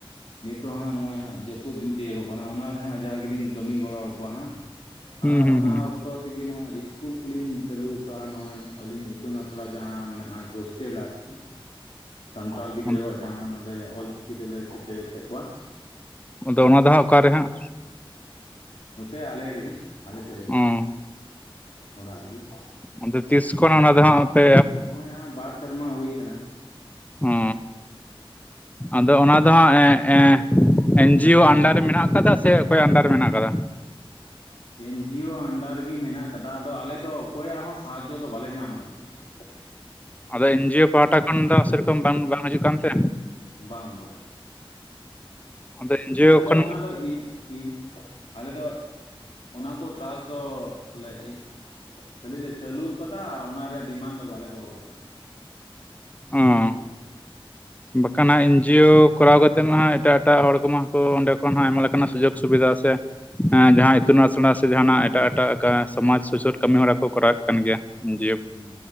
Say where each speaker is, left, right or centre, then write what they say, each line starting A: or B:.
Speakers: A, on the left; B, on the left.
A: ᱱᱤᱛᱚᱜ ᱦᱟᱸᱜ ᱱᱚᱜᱼᱚᱭ ᱦᱟᱜ ᱡᱟᱹᱯᱩᱫ ᱫᱤᱱ ᱛᱤᱭᱳᱜᱚᱜ ᱠᱟᱱᱟ ᱚᱱᱟᱨᱮ ᱦᱟᱸᱜ ᱡᱟᱜᱮᱞᱤᱧ ᱠᱟᱹᱢᱤ ᱜᱚᱲᱚᱣᱟᱠᱚᱣᱟ ᱦᱟᱸᱜ ᱾
B: ᱦᱩᱸ
A: ᱚᱱᱟ
B: ᱦᱩᱸ
A: ᱚᱠᱛᱚ ᱛᱮᱜᱮ ᱱᱚᱜᱚᱭ ᱤᱥᱠᱩᱞ ᱠᱚᱞᱤᱧ ᱪᱟᱹᱞᱩ ᱱᱚᱠᱟ ᱱᱚᱜᱼᱚᱭ ᱟᱹᱞᱤᱧ ᱤᱛᱩᱱ ᱟᱥᱲᱟ ᱡᱟᱦᱟᱸ ᱢᱮᱱᱟᱜᱼᱟ ᱦᱳᱥᱴᱮᱞ ᱟᱨᱠᱤ, ᱥᱟᱱᱛᱟᱲ ᱜᱤᱫᱽᱨᱟᱹᱣᱟᱜ
B: ᱦᱩᱸ
A: ᱡᱟᱦᱟᱸ ᱱᱚᱰᱮ ᱚᱞᱪᱤᱠᱤ ᱛᱮᱞᱮ ᱥᱮᱪᱮᱫ ᱮᱫ ᱠᱚᱣᱟ
B: ᱟᱫᱚ ᱚᱱᱟ ᱫᱚ ᱦᱟᱸᱜ ᱚᱠᱟᱨᱮ ᱦᱟᱸᱜ?
A: ᱱᱚᱛᱮ ᱟᱞᱮ ᱨᱮᱜᱮ ᱟᱞᱮ ᱥᱮᱫ ᱨᱮᱜᱮ
B: ᱚ
A: ᱚᱲᱟᱜ ᱨᱮᱜᱮ ᱾
B: ᱟᱫᱚ ᱛᱤᱥ ᱠᱷᱚᱱ ᱚᱱᱟ ᱫᱚ ᱦᱟᱸᱜ ᱯᱮ
A: ᱱᱚᱜᱚᱭ ᱦᱟᱸᱜ ᱵᱟᱨ ᱥᱮᱨᱢᱟ ᱦᱩᱭ ᱠᱟᱱᱟ ᱾
B: ᱚ ᱟᱫᱚ ᱚᱱᱟ ᱫᱚ ᱦᱟᱸᱜ <inaudible> ᱮᱱᱡᱤᱭᱳ ᱟᱱᱰᱟᱨ ᱨᱮ ᱢᱮᱱᱟᱜ ᱟᱠᱟᱫᱟ ᱥᱮ ᱚᱠᱚᱭᱟᱜ ᱟᱱᱰᱟᱨ ᱨᱮ ᱢᱮᱱᱟᱜ ᱟᱠᱟᱫᱟ?
A: ᱮᱱᱡᱤᱭᱳ ᱟᱱᱰᱟᱨ ᱨᱮᱜᱮ ᱢᱮᱱᱟᱜ ᱠᱟᱫᱟ ᱟᱫᱚ ᱟᱞᱮ ᱫᱚ ᱚᱠᱚᱭᱟᱜ ᱦᱚᱸ ᱥᱟᱦᱟᱡᱽᱡᱚ ᱫᱚ ᱵᱟᱞᱮ ᱧᱟᱢ ᱫᱟ ᱱᱤᱭᱟᱹ ᱫᱚ ᱾
B: ᱟᱫᱚ ᱮᱱᱡᱤᱭᱳ ᱯᱟᱦᱟᱴᱟ ᱠᱷᱚᱱ ᱫᱚ ᱥᱮᱨᱚᱠᱚᱢ ᱵᱟᱝ ᱵᱟᱝ ᱦᱤᱡᱩᱜ ᱠᱟᱱ ᱛᱮ?
A: ᱵᱟᱝ ᱵᱟᱝᱹ
B: ᱟᱫᱚ ᱮᱱᱡᱤᱭᱳ
A: ᱟᱞᱮ ᱫᱚ
B: ᱠᱷᱚᱱ
A: ᱚᱱᱟ ᱫᱚ ᱤᱼᱼ ᱤᱢ, ᱟᱞᱮ ᱫᱚ ᱚᱱᱟ ᱠᱚ ᱴᱮᱨᱟᱥ ᱫᱚ ᱞᱮ <inaudible> ᱼᱼ ᱠᱷᱟᱹᱞᱤ ᱞᱮ ᱪᱟᱹᱞᱩ ᱠᱟᱫᱟ ᱟᱨ ᱚᱱᱟ ᱨᱮᱭᱟᱜ ᱰᱤᱢᱟᱱᱰ ᱫᱚ ᱵᱟᱞᱮ ᱫᱚᱦᱚ ᱠᱟᱜᱻᱟ ᱾
B: ᱚᱸ ᱾ ᱵᱟᱠᱷᱟᱱ ᱦᱟᱝ ᱮᱱᱡᱤᱭᱳ ᱠᱚᱨᱟᱣ ᱠᱟᱛᱮ ᱢᱟ ᱮᱴᱟᱜ ᱮᱴᱟᱜ ᱦᱚᱲ ᱠᱚᱢᱟ ᱠᱚ ᱚᱸᱰᱮ ᱠᱷᱚᱱ ᱦᱚᱸ ᱟᱭᱢᱟ ᱞᱮᱠᱟᱱᱟᱜ ᱥᱩᱡᱳᱜᱽ ᱥᱩᱵᱤᱫᱷᱟ ᱥᱮᱼᱼ ᱦᱮᱸ
A: ᱦᱩᱸ
B: ᱡᱟᱦᱟᱸ ᱤᱛᱩᱱ ᱟᱥᱲᱟᱼᱼ ᱡᱟᱸᱦᱟᱱᱟᱜ ᱮᱴᱟᱜ ᱮᱴᱟᱜ ᱥᱚᱢᱟᱡᱽ ᱥᱩᱥᱟᱹᱨ ᱠᱟᱹᱢᱤ ᱦᱚᱨᱟ ᱠᱚ ᱠᱚᱨᱟᱣᱮᱫ ᱠᱟᱱ ᱜᱮᱭᱟ ᱮᱱᱡᱤᱭᱳ ᱾
A: ᱦᱩᱸ ᱾